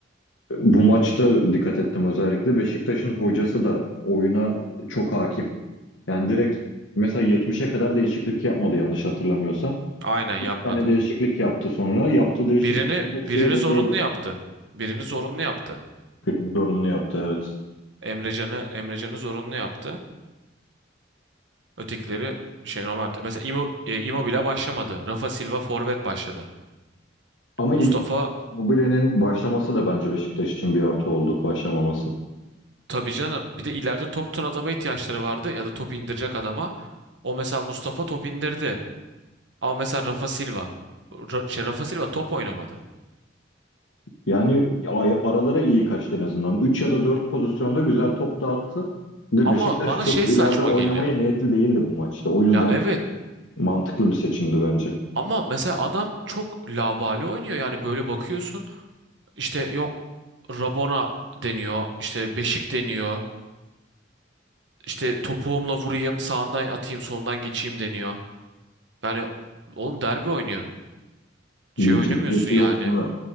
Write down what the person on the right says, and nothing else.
aynen yapmadı.
Birini
birini
zorunlu yaptı. Birini zorunlu yaptı.
Emrecan'ı Emrecan'ı zorunlu yaptı. Ötekileri şey normal. yaptı. Mesela İmo, e, Immobile başlamadı. Rafa Silva forvet başladı.
Mustafa
Tabii canım. Bir de ileride top tutan adama ihtiyaçları vardı ya da top indirecek adama. O mesela Mustafa top indirdi. Ama mesela Rafa Silva. Ra- şey, Rafa Silva top oynamadı.
Ama
bana
şey
saçma
geliyor.
Ya evet
ama mesela adam çok labali oynuyor. Yani böyle bakıyorsun işte yok Rabona deniyor. işte Beşik deniyor. işte topuğumla vurayım sağından atayım solundan geçeyim deniyor. Yani oğlum derbi oynuyorsun. Şey
oynamıyorsun
yani.